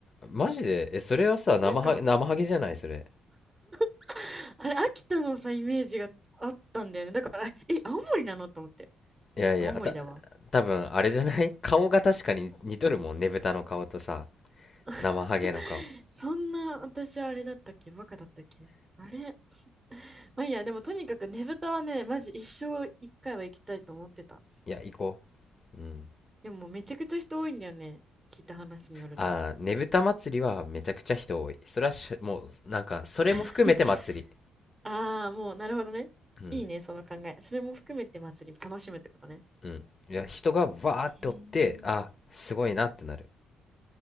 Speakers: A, on the left; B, on the right.
A: マジでえそれはさ生ハゲ、
B: なんか
A: 生ハゲじゃないそれ
B: <laughs> あれ、秋田のさ、イメージがあったんだよね。だから、え、青森なのと思って。
A: いやいやあた
B: 青森だわ。
A: 多分あれじゃない <laughs> 顔が確かに似とるもんねぶたの顔とさ
B: <laughs>
A: 生ハゲの顔
B: そんな、私あれだったっけバカだったっけあれまあいいや、でもとにかくねぶたはね、マジ一生一回は行きたいと思ってた。
A: いや行こうん。
B: でもめちゃくちゃ人多いんだよね。聞いた話によると。
A: あー、ねぶた祭りはめちゃくちゃ人多い。それはしもう、なんか、それも含めて祭り。
B: <laughs> ああ、もうなるほどね。
A: うん、
B: いいね、その考え。それも含めて祭り楽しむってことね。
A: うん。いや、人がわーっておって、
B: へえ
A: あ、すごいなってなる。